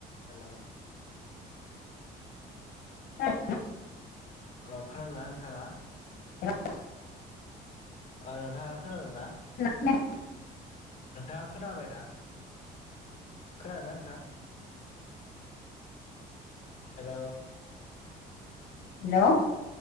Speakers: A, on the left; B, on the left.
A: हेल'
B: ह <inaudible>
A: अ खालामदोंना नोंथाङा
B: हेलौ
A: नोंथाङा खोनादों ना
B: मोजां खोनाया
A: नोंथाङा खोनाबाय ना खोनादों ना नोंथां हेल'
B: हेल'